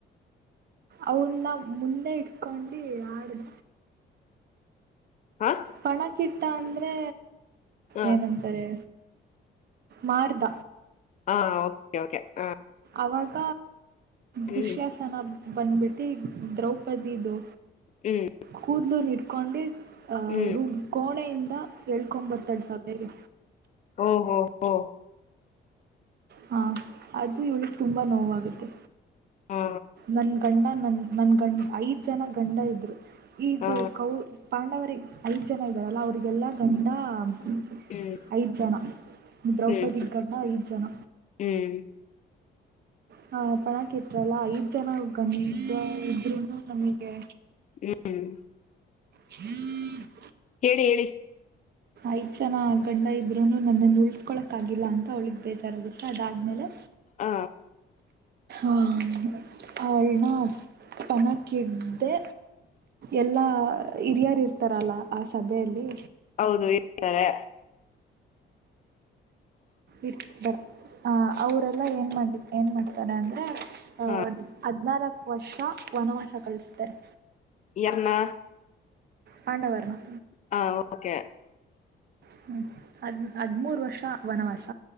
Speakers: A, on the right; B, on the left.
A: ಅವನ್ನ ಮುಂದೆ ಇಟ್ಕೊಂಡು ಆಡ್ದ
B: ಹಾ
A: ಪಣಕ್ಕಿಟ್ಟ ಅಂದ್ರೆ
B: ಹ
A: ಏನಂತಾರೆ ಮಾರ್ದ
B: ಹಾ ಓಕೆ ಓಕೆ ಹ
A: ಅವಾಗ
B: ಹ್ಮ್
A: ದುಶ್ಯಾಸನ ಬಂದ್ಬಿಟ್ಟು ದ್ರೌಪದಿದು
B: ಹ್ಮ್
A: ಕೂದಲು ನೀರ್ತ <unintelligible> ಆ
B: ಹ್ಮ್
A: ವ್ರು ಕೋಣೆ ಇಂದಾ ಹೇಳ್ಕೊಬರ್ತಾಳ ಸಬ್ಯೆಗೆ
B: ಓ ಹೋ ಓ
A: ಹಾಂ ಅದು ಇವಳಿಗೆ ತುಂಬ ನೋವಾಗುತ್ತೆ
B: ಹಾ
A: ನನ್ನ ಗಂಡ ನನ್ನ ನನ್ನ ಗಂಡ್ ಐದು ಜನ ಗಂಡ ಇದ್ದರು ಇದು
B: ಹಾ
A: ಕೌ ಪಾಂಡವರಿ ಐದ ಜನ ಇದ್ದಾರಲ್ಲ ಅವರಿಗೆಲ್ಲಾ ಗಂಡ ಹ್ಞ
B: ಹ್ಮ್
A: ಐದು ಜನ ದ್ರೌಪದಿ
B: ಹ್ಮ್
A: ಗಂಡ ಐದು ಜನ
B: ಹ್ಮ್
A: ಹ ಪಣಕ್ ಇಟ್ರಲ್ಲ ಐದ್ ಜನ ಗಂಡ ಇದ್ರರುನು ನಮಗೆ
B: ಹ್ಮ್
A: ಹ <unintelligible>
B: ಹೇಳಿ ಹೇಳಿ
A: ಐದು ಜನ ಗಂಡ ಇದ್ರೂನು ನನ್ನ ಉಳ್ಸ್ಕೊಳಕ್ ಆಗಿಲ್ಲ ಅಂತ ಅವಳಗ್ ಬೇಜಾರಾಗುತ್ತೆ ಅದಾದ್ಮೇಲೆ
B: ಹ
A: ಅ ಹೆನೊ ಪಣಕ್ಕಿಡ್ದೆ ಎಲ್ಲ ಹಿರಿಯರು ಇರ್ತಾರಲ್ಲ ಆ ಸಭೆಯಲ್ಲಿ
B: ಹೌದು ಇರ್ತಾರೆ
A: ಇ ಬರ್ ಆ ಅವರೆಲ್ಲ ಏನ್ ಮಾಡ ಏನ್ ಮಾಡ್ತಾರೆ ಅಂದ್ರೆ ಅ
B: ಹ
A: ಹದಿನಲ್ಕು ವರ್ಷ ವನವಾಸ ಕಳಿಸ್ತಾರೆ
B: ಯಾರನ್ನ
A: ಪಾಂಡವರನ್ನ
B: ಹ ಓಕೆ
A: ಹ್ಮ ಅದ್ ಹದ್ಮೂರು ವರ್ಷ ವನವಾಸ